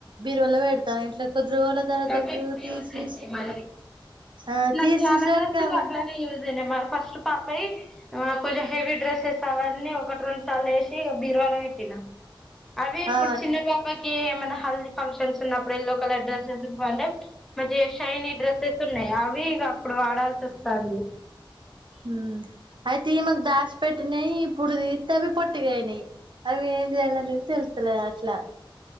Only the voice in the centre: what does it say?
అవి ఇప్పుడు
యూజ్ అయితాయి మళ్ళీ
నాకు
చాలా డ్రస్సులు
అట్లనే యూజ అయినాయి మా ఫస్ట్ పాపయి ఆ కొంచెం హెవీ డ్రెస్సెస్ అవన్నీ ఒకటి రెండు సార్ వేసి బీరువాల పెట్టినా అవి ఇప్పుడు
చిన్న పాపకి ఏమైనా హల్దీ ఫంక్షన్స్ ఉన్నప్పుడు ఎల్లో కలర్ డ్రెస్సెస్ అంటే మంచిగా షైనీ డ్రెస్సెస్ ఉన్నాయి అవి అప్పుడు వాడాల్సి వస్తుంది